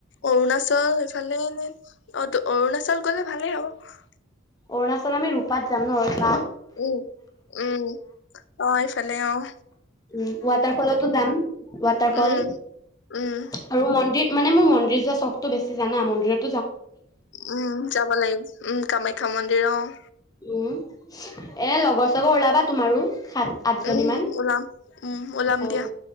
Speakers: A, on the left; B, on the left.
A: অৰুণাচল এইফালে অ অৰুণাচল গলে ভালেই হ'ব
B: অৰুণাচলত আমি ৰূপাত যাম নহ
A: উম উম অহ এইফালে অহ
B: উম ৱাটাৰ ফলতো যাম ৱাটাৰ ফল
A: উম উম
B: আৰু মন্দিৰ মানে মোৰ মন্দিৰ যোৱা চখটো বেছি জানা মন্দিৰত
A: উম' যাব লাগিব। উম' কামাখ্যা খা মন্দিৰ অ',
B: উম এ লগৰ চগৰ ওলাবা তোমাৰো। সাত আঠজনী
A: উম
B: মান
A: ওলাম উম ওলাম
B: অ
A: দিয়া